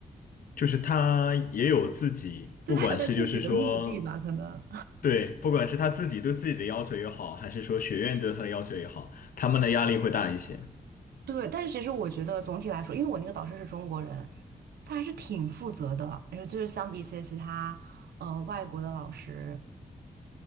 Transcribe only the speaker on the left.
就是他也有自己，
不管是就是说。
对，不管是他自己对自己的要求也好，还是说学院对他的要求也好，他们的压力会大一些。